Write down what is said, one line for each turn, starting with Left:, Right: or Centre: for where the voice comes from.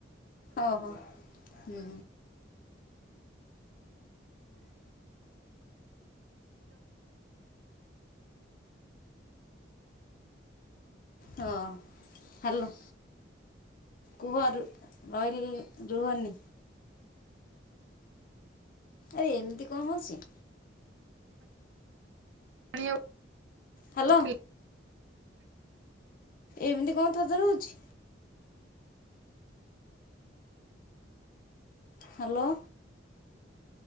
Left: ଓ ହୋ ହୁଁ। ହଁ ହ୍ୟାଲୋ? କୁହ ରୟଲ ରୁହନି। ଆରେ ଏମିତି କଣ ହଉଛି?
Right: ପାଣି ଆ।
Left: ହ୍ୟାଲୋ
Right: <unintelligible>
Left: ଏମିତି କଣ ଥର ଥର ହଉଚି? ହ୍ୟାଲୋ?